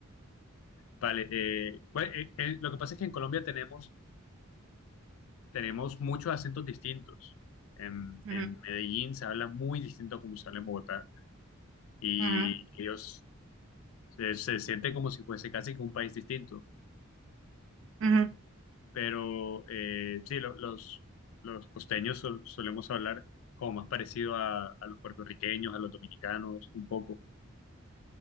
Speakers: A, on the left; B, on the right.
A: vale, eh, bueno, eh, eh, lo que pasa es que en Colombia tenemos, tenemos muchos acentos distintos. En,
B: Ujú,
A: en Medellín se habla muy distinto a como se habla en Bogotá y
B: ujú,
A: ellos se, se sienten como si fuese casi que un país distinto.
B: ujú.
A: pero eh, sí, lo- los, los costeños sol- solemos hablar como más parecido a, a los puertorriqueños, a los dominicanos, un poco,